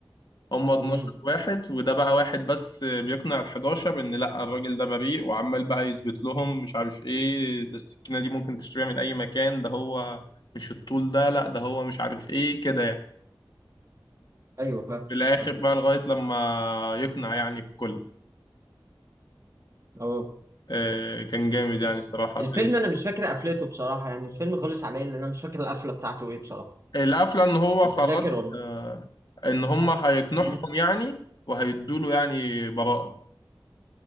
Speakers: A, on the left; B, on the right.
A: هم 12
B: امم
A: واحد وده بقى واحد بس بيقنع ال 11 ان لا الراجل ده بريء وعمال بقى يثبت لهم مش عارف ايه ده السكينة دي ممكن تشتريها من اي مكان ده هو مش الطول ده لا ده هو مش عارف ايه كده يعني
B: ايوه فاهم
A: في الاخر
B: صح
A: بقى لغاية لما يقنع يعني الكل
B: اه
A: آه كان جامد يعني
B: بس
A: الصراحة
B: الفيلم
A: فيلم
B: انا مش فاكر قفلته بصراحه يعني الفيلم خلص عليا لان انا مش فاكر القفله بتاعته ايه بصراحه
A: القفلة ان هو
B: انت
A: خلاص
B: فاكر ولا
A: آه ان هم هيقنعهم
B: مم.
A: يعني وهيدوله يعني براءة